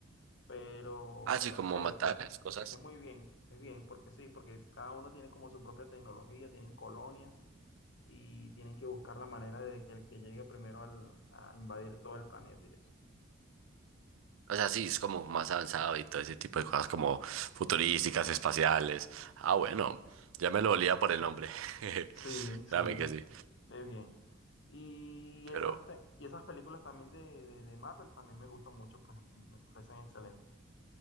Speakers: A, on the left (about 60°); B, on the right (about 80°).
A: Pero,
B: Ah,
A: pero
B: sí, como
A: es chévere,
B: matar las cosas.
A: es muy bien, es bien, porque sí, porque cada uno tiene como su propia tecnología, tienen colonias y tienen que buscar la manera de que el que llegue primero al- a invadir todo el planeta y eso.
B: O sea, sí, es como más avanzado y todo ese tipo de cosas como futurísticas, espaciales. Ah, bueno, ya me lo olía por el nombre. <laughs>
A: Sí, sí,
B: Créame
A: es,
B: que sí.
A: es bien. Y
B: Pero,
A: esas, pe- y esas películas también de, de, de Marvel también me gustan mucho, pues me parecen excelentes.